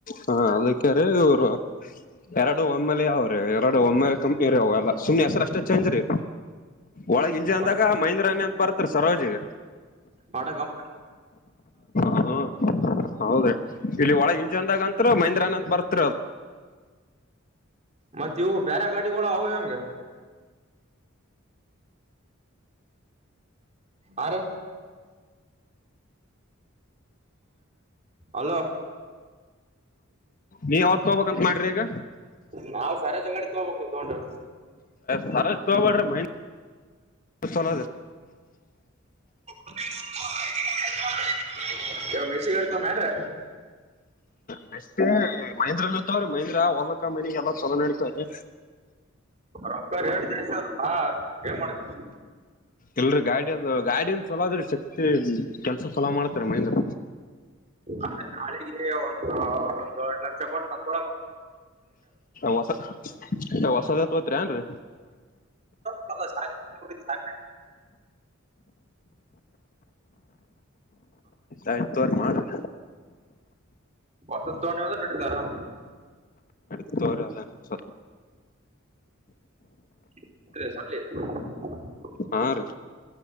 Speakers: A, on the left; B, on the right.
A: ಹಾ ಅದಕ್ಕೆಾರೆ ಇಊರು ಎರಡು ಒಮ್ಮೇಲಿ ಯಾವ್ರೀ ಎರಡು ಒಮ್ಮೇಲೆ ಕಂಪ್ನಿ ರೀ ಹೋಗಲ್ಲ ಸುಮ್ನೆ ಹೆಸರು ಅಷ್ಟೇ ಚೇಂಜ್ ರೀ ಒಳಗ್ ಇಂಜ ಅಂದಾಗ
B: ಒಟ
A: ಮಹಂದ್ರಾನಿ ಅಂತ ಬರ್ತಾರೆ ಸರೋಜಿಗೆ
B: ಪಾಠ ಕ
A: ಹ್ಮ ಹೌದ ಇಲ್ಲಿ ಒಳಗ ಹಿಂಜಂದದಾಗಂತ್ರ ಮೈಂದ್ರನಂತ ಬರ್ತರ ಅದ
B: ಮತ್ತೆ ಇವು ಬೇರೆ ಗಾಡಿಗಳ ಅವಂಗೆ ಆ ರ ಅಲೋ
A: ನೀ ಅವತ್ ತಗಬೇಕಂತ ಮಾಡ್ರಿ ಈಗ
B: ನಾವ್ ಸರಜ ಗಾಡಿ ತಗೋಬೇಕ್ರಿ ತಗೊಂಡ್ರ
A: ಸಾರ ತ ಮಾಡ್ರ ಮ ಚಲ
B: <inaudible> ಯವ ಮೆಸಿಗಡ್ ತತ ಮ್ಯಾನ್ೀ
A: ನೆಕ್ ಮಹೀಂದ್ರನ್ ಇರ್ತವ್ರೀ ಮಹೀಂದ್ರಾ ಹೋಲಕ್ಕ ಮನಿಗೆ ಎಲ್ಲಾ ಚಲೋ ನಡಿತವ್ರೀ
B: ರೊಕ್ಕರ್ ಹೇಳ ಜಯ್ ಸರ್ ಹಾ ೇ ಮಾಡ್ತ
A: ಎಲ್ರಿ ಗಾಡ ಗಾಡನ್ ಚಲೋ ಅದ್ರಿ ಶಕ್ತಿ ಕೆಲ್ಸ ಚಲೋ ಮಾಡ್ತಾರ ಮಹಂದ್ರ
B: ಆದ್ರೆ ನಾಳೆಗೆ ಒಂದ ಒಂದ ಎರಡ್ ಲಕ್ಷ ಕೊಟ್ಟು ತಂದೊಡ ಮ
A: ಹೊಸ ಹೊಸದತ್ೋತ್ರಿ ಏನ್ೀ
B: ಚಲ ಸ
A: ಆಯ್ತ್ ತೋರ್ ಮಾಡ್ರಿ
B: ಹೊಸ ತೋಣಿಂದ ನಡ್ ತರಾಮ
A: ಎತೋರ ಅದಾನಸ
B: <unintelligible>
A: ಹಾ ರೀ